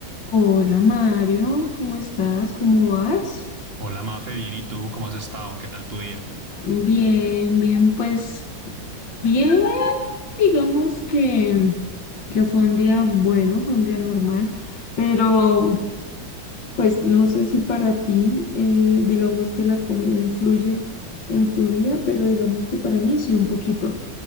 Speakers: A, on the left; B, on the right.
A: Hola Mario, ¿cómo estás? ¿Cómo vas?
B: Hola Mafe, bien, ¿y tú? ¿Cómo has estado? ¿Qué tal tu día?
A: Bien, bien, pues bien, digamos que, que fue un día bueno, fue un día normal, pero pues no sé si para ti, eh, digamos que la comida influye en tu día, pero digamos que para mí sí un poquito.